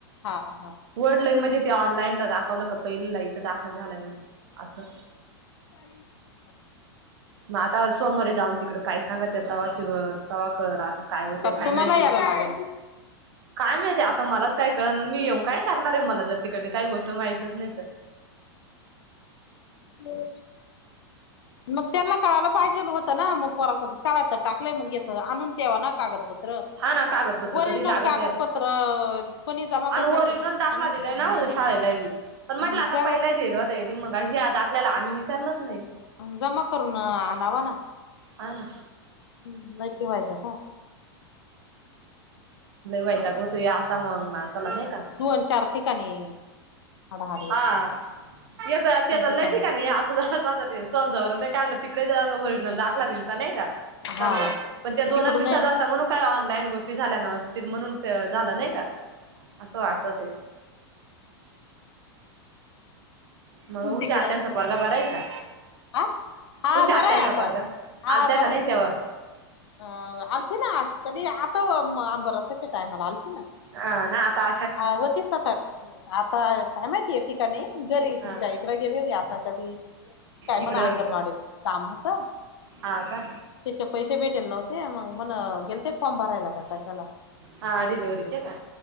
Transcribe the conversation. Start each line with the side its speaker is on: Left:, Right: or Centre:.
Left: हा हा.
Right: वर्डलं म्हणजे ते ऑनलाईनला दाखवलं का पहिलीला इथं दाखल झालंय म्हणून असं
Left: ह.
Right: मग आता सोमोरे जाऊन तिकडं काय सांगत तवा च तवा कळत आता काय होते
Left: का
Right: काय
Left: तुम्हाला
Right: माहिती.
Left: यायला लागल
Right: काय माहितीय आता मलाच काय कळणार मी येऊन काय करणार आहे मला जर तिकडली काही गोष्ट माहितच नाही तर,
Left: बर. मग त्यांना कळायला पाहिजे होतं ना मग पोराच शाळा तर टाकय मग याचं आणून ठ्यावा ना कागदपत्र.
Right: हा ना कागदपत्र
Left: ओरिजिनल
Right: कधी लागत
Left: कागदपत्र
Right: यात
Left: कोणी जमा
Right: आणि
Left: करते
Right: ओरिजिनल
Left: पण
Right: दाखला
Left: आणून ठेव
Right: दिलाय ना हो शाळेला बी. पण म्हटलं
Left: आणि
Right: आता
Left: जमा
Right: पहिलाईल होता ये मगा ह आ द आखल्याला आम्ही विचारलंच नाही.
Left: जमा करून आणावा ना
Right: हा ना
Left: नक्की व्हायचं का.
Right: वायता गो तो असा मग मा चला नाही का.
Left: दोन चार ठिकाणी. हाडाहाडी
Right: हा
Left: तीन
Right: ते चालंय
Left: ठिकाणी
Right: ठठीिकाणी. समजा ते समजावर नाही काढलं तिकडे ओरिजिनल दाखला दिल तर नाही का. समजा
Left: हा
Right: पण त्या दोनच
Left: तिकडून
Right: दिव
Left: आहे
Right: म्हणून काही ऑनलाईन गोष्टी झाल्या नसतील म्हणून ते झालं नाही का असं वाटत ते.
Left: हम.
Right: मग उषा
Left: तिकडं
Right: त्यांचा परगा बरा आहे का?
Left: हा हा
Right: उशा
Left: बरं
Right: आत्यांचा
Left: आहे आता
Right: बरगा
Left: हा
Right: आलत्या
Left: बरं
Right: का नाही
Left: आहे
Right: तेव्हा.
Left: अ आलथ ना कधी आता आंबा रसायच्या टायमाला आलथ ना.
Right: अ नाता.
Left: हा वती सात आठ आता काय माहिती येते का नाही घरी
Right: हा
Left: तच्या इकडें गेले रे आता कधी. काय म्हणा
Right: इकडं
Left: अंगणवाडीत काम होत.
Right: हा का
Left: त्याचे पैसे भेटेल नव्हते मग मण गेल ते फॉर्म भरायला का कशाला.
Right: हा डिलेव्हरीचे का.